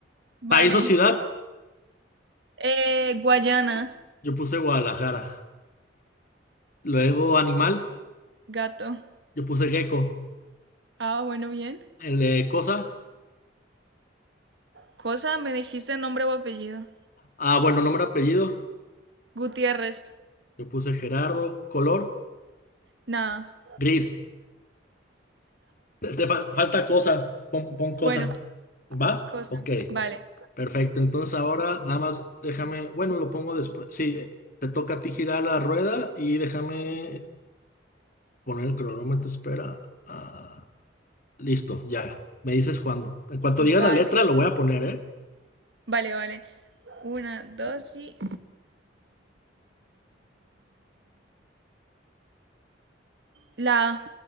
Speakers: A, on the right; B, on the left.
A: Vale.
B: País o ciudad,
A: Eh, Guayana,
B: yo puse Guadalajara. Luego animal,
A: gato.
B: yo puse gecko.
A: Ah, bueno, bien.
B: El de cosa,
A: Cosa, me dijiste nombre o apellido.
B: ah, bueno, nombre, apellido,
A: Gutiérrez.
B: yo puse Gerardo. Color,
A: Nada.
B: gris. Te, te fal- falta cosa, pon, pon cosa.
A: Bueno,
B: ¿Va?
A: cosa.
B: Ok,
A: Vale.
B: perfecto. Entonces ahora nada más déjame, bueno, lo pongo después. Sí, eh, te toca a ti girar la rueda y déjame poner el cronómetro. Espera. Ah, listo, ya. Me dices cuándo. En cuanto
A: Vale,
B: diga la letra, lo voy a poner, ¿eh?
A: vale, vale. Una, dos y... La... A.